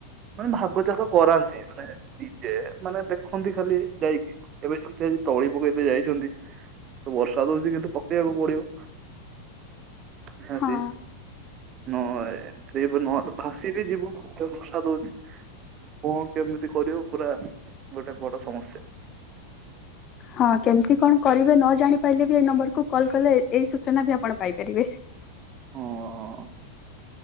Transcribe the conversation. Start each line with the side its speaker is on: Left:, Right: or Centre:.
Right: ମାନେ ଭାଗ ଚାଷ କରାନ୍ତି ମାନେ ନିଜେ ମାନେ ଦେଖନ୍ତି ଖାଲି ଯାଇକି। ଏବେ ଯେମିତି ଆଜି ତଳି ପକାଇବା ପାଇଁ ଯାଇଛନ୍ତି ସବୁ ବର୍ଷା ତ ହଉଚି କିନ୍ତୁ ପକେଇବାକୁ ପଡିବ। ନିହାତି।
Left: ହଁ
Right: ନ ଏ ନହେଲେ ଭାସି ବି ଯିବୁ ଭଷା ଦଉଛି। କଣ କେମିତି କରିବ ପୁରା ଗୋଟେ ବଡ ସମସ୍ୟା।
Left: ହଁ କେମିତି କଣ କରିବେ ନ ଜାଣି ପାଇଲେ ବି ଏଇ ନମ୍ବରକୁୁ କଲ କଲେ ଏଇ ସୂଚନା ବି ଆପଣ ପାଇପାରିବେ।
Right: ହଁ